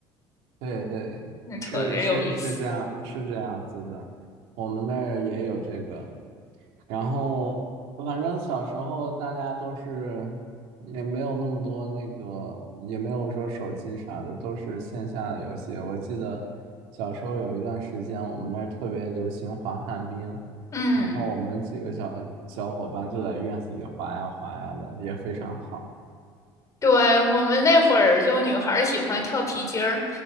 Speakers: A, on the right; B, on the left.
A: 对对，
B: 那特别有意思。
A: 是是是这样，是这样子的，我们那儿也有这个。然后反正小时候大家都是也没有那么多那个，也没有说手机啥的，都是线下的游戏。我记得小时候有一段时间，我们那儿特别流行滑旱冰，
B: 嗯。
A: 然后我们几个小小伙伴就在院子里滑呀滑呀的，也非常好。
B: 对，我们那会儿就女孩儿喜欢跳皮筋儿，